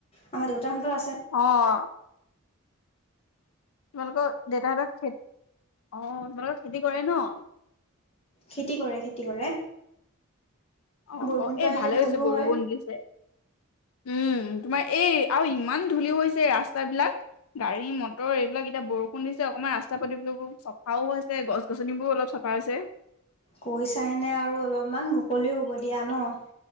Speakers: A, on the left; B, on the left.
A: আমাৰ দেউতাহঁতৰ আছে।
B: অ'! তোমালোকৰ দেউতাহঁতৰ খে, অ'! তোমালোকৰ খেতি কৰে ন'?
A: খেতি কৰে, খেতি কৰে।
B: অ'
A: বৰষুণটো
B: অ'! এই
A: আহিলে
B: ভালে হৈছে,
A: ভালো
B: বৰষুণ
A: হয়।
B: দিছে। উম, তোমাৰ এই, আৰু ইমান ধূলি হৈছে ৰাস্তা বিলাক। গাড়ী-মটৰ এইবিলাক এতিয়া, বৰষুণ দিছে। অকণমান ৰাস্তা-পাতি বোৰ চফাও হৈছে, গছ- গছনিবোৰো অলপ চ ফা হৈছে।
A: কৈছাইনে আৰু অলপমান, মুকলিও হ'ব দিয়া ন'।